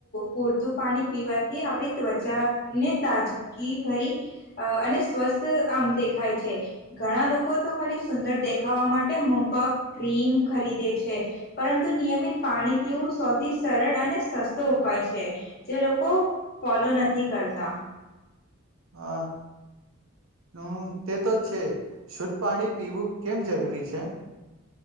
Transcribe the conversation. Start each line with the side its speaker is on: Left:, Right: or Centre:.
Left: પૂરતું પાણી પીવાથી આપણી ત્વચાને તાજગી ભરી અને સ્વસ્થ આમ દેખાય છે ઘણા લોકો તો ખાલી સુંદર દેખાવા માટે મોૂઘવા ક્રીમ ખરીદે છે પરંતુ નિયમિત પાણી પીવું સૌથી સરળ અને સસ્તો ઉપાય છે જે લોકો ફોલો નથી કરતા
Right: હા હમ તે તો છે શુદ્ધ પાણી પીવું કેમ જરૂરી છે